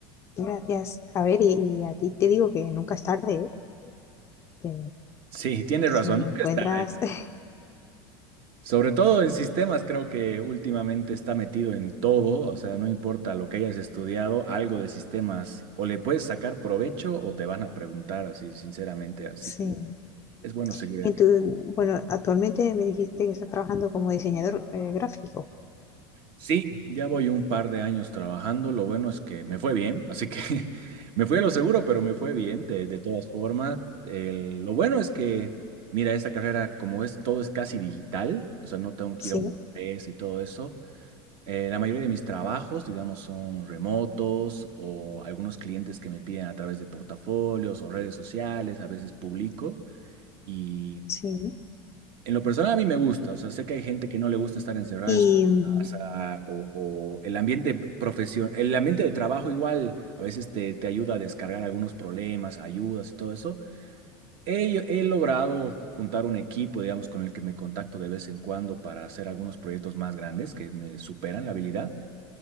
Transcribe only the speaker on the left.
gracias. A ver, y, y a ti te digo que nunca es tarde, ¿eh? Que
si
encuentras,
<laughs>
sí.
Y entonces, bueno, actualmente me dijiste que estás trabajando como diseñador eh, gráfico.
Sí,
sí.
Y
mm,